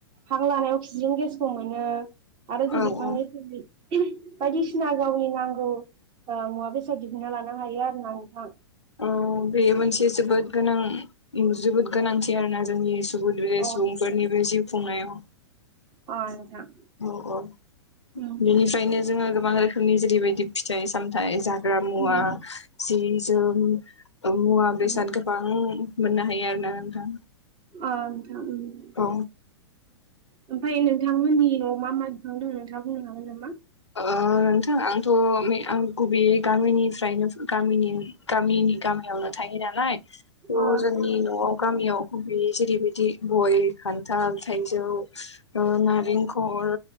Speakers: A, on the right; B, on the left.
A: हां लानाय अक्सिजेन गेसखौ मोनो। आरो जों
B: औ
A: बिफांनिफ्राय
B: औ
A: बायदिसिना गावनि नांगौ मुवा बेसाद दिहुनन्ना लानो हायो आरो ना नोंथां।
B: औ। बेयो मोनसे जोबोद गोनां जोबोद गोनांथि आरोना जोंनि <unintelligible> सुबुंफोरनिबो
A: अ
B: जिउ खुंनायाव
A: अ नोंथां।
B: औ औ
A: उम
B: बेनिफ्रायनो जोङो गोबां रोखोमनि जेरैबायदि फिथाइ सामथाइ जाग्रा मुवा
A: उम
B: जि जोम मुवा बेसाद
A: उम
B: गोबां मोननो हायो आरो ना नोंथां
A: अ नोंथां उम
B: औ
A: ओमफ्राय नोंथांमोननि न'आव मा मा बिफां दं नोंथाङा बुंनो हागोन नामा
B: ओ नोंथां आंथ' आं गुबैयै गामिनिफ्रायनो गामनि गामिनि गामि नो थायो नालाय थ'
A: अ
B: जोंनि न'आव गामियाव गुबैयै जेरैबायदि गय खान्थाल थाइजौ अ नारेंखल